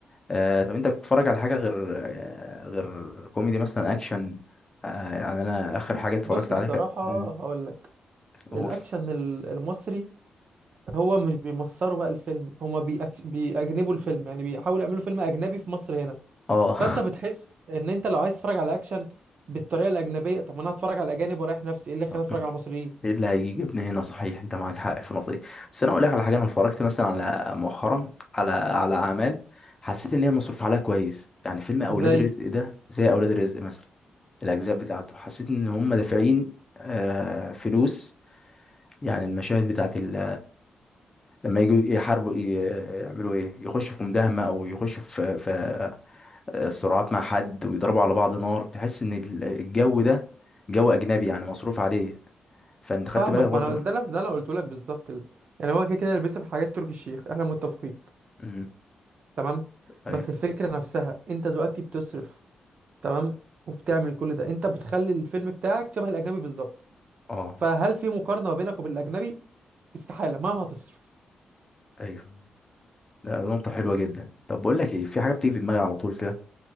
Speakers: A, on the left; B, on the right.
A: آه طب انت بتتفرج على حاجه غير آه غير كوميدي مثلا اكشن آه يعني انا اخر حاجه اتفرجت
B: بص بصراحه
A: عليها كانت مم،
B: هقول لك
A: قول
B: الاكشن ال- المصري هو مش بيمصروا بقى الفيلم هما بيأك... بيأجنبوا الفيلم يعني بيحاولوا يعملوا فيلم اجنبي في مصر هنا
A: اه
B: فانت بتحس ان انت لو عايز تتفرج على اكشن بالطريقه الاجنبيه طب ما انا هتفرج على الاجانب ورايح نفسي ايه اللي خلاني
A: <laughs>
B: اتفرج على المصريين
A: ايه اللي هيجي جبني هنا صحيح انت معاك حق في النقطه دي بس انا اقول لك على حاجه انا اتفرجت مثلا على مؤخرا على على اعمال حسيت ان هي مصروف عليها كويس يعني فيلم اولاد
B: زي
A: رزق ده زي اولاد رزق مثلا الاجزاء بتاعته حسيت ان هم دافعين آه، فلوس يعني المشاهد بتاعت ال... لما يجوا يحاربوا ي- يعملوا ايه يخشوا في مداهمه او يخشوا في في آه، صراعات مع حد ويضربوا على بعض نار تحس ان ال- الجو ده جو اجنبي يعني مصروف عليه فانت خدت
B: فاهمك
A: بالك برضه
B: ما انا
A: من...
B: ده اللي- ده انا قلت لك بالظبط ال... يعني هو كده كده اللي بيصرف حاجات تركي الشيخ احنا متفقين
A: مم.
B: تمام
A: ايوه
B: بس الفكره نفسها انت دلوقتي بتصرف تمام وبتعمل كل ده انت بتخلي الفيلم بتاعك شبه الاجنبي بالظبط
A: اه
B: فهل في مقارنه ما بينك وبين الاجنبي استحاله مهما هتصرف
A: ايوه لا نقطه حلوه جدا طب بقول لك ايه في حاجه بتيجي في دماغي على طول كده